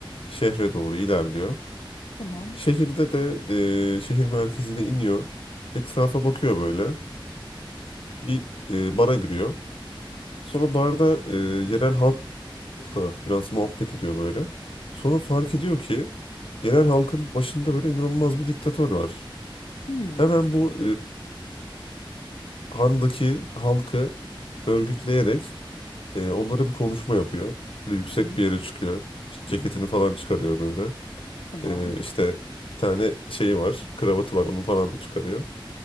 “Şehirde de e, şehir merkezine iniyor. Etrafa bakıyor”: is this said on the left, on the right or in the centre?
Left